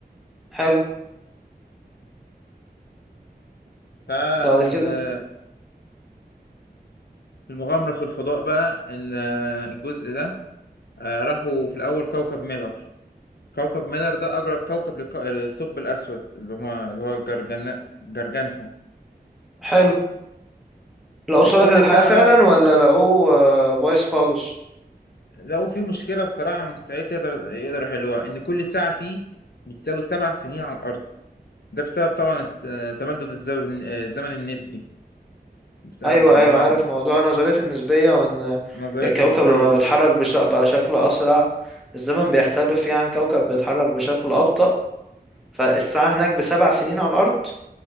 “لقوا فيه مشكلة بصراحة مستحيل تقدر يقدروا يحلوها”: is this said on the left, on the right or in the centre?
Left